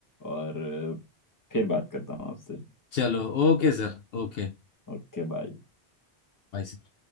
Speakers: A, on the left; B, on the left.
A: और अ, फिर बात करता हूँ आपसे
B: चलो okay sir Okay
A: Okay bye
B: bye sir.